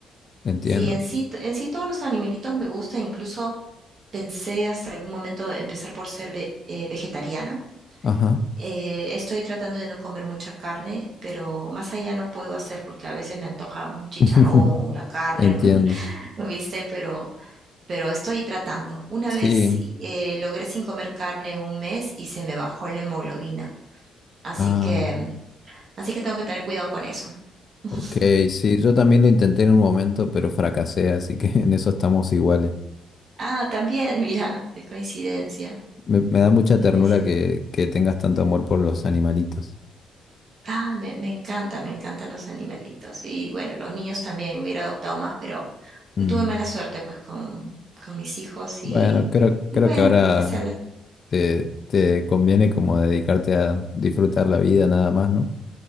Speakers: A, on the left; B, on the right.
A: entiendo.
B: Sí, en sí, t- en sí todos los animalitos me gustan, incluso Pensé hasta algún momento empezar por ser ve- eh, vegetariana.
A: Ajá.
B: Eh, estoy tratando de no comer mucha carne, pero más allá no puedo hacer porque a veces me antoja un chicharrón,
A: <laughs>
B: una carne,
A: Entiendo.
B: un, <laughs> un bistec, pero, pero estoy tratando. Una
A: Sí.
B: vez sí, eh, logré sin comer carne un mes y se me bajó la hemoglobina, así
A: Ah,
B: que, así que tengo que tener cuidado con eso. <laughs>
A: ok, sí. Yo también lo intenté en un momento, pero fracasé, así que <laughs> en eso estamos iguales.
B: Ah, también, mira, qué coincidencia.
A: Me, me da mucha
B: qué
A: ternura
B: coincidencia.
A: que, que tengas tanto amor por los animalitos.
B: Ay, me, me encanta, me encantan los animalitos. Y bueno, los niños también hubiera adoptado más, pero
A: Mm.
B: tuve mala suerte pues con, con mis hijos y,
A: Bueno, creo,
B: y
A: creo
B: bueno,
A: que ahora
B: o sea, le-
A: te, te conviene como dedicarte a disfrutar la vida nada más, ¿no?